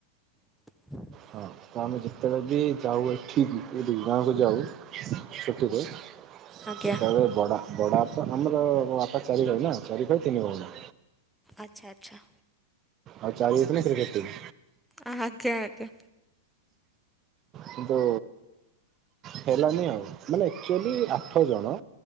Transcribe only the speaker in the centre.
<unintelligible>
ଆଜ୍ଞା
ଆଚ୍ଛା ଆଚ୍ଛା।
ଆ ଆଜ୍ଞା ଆଜ୍ଞା।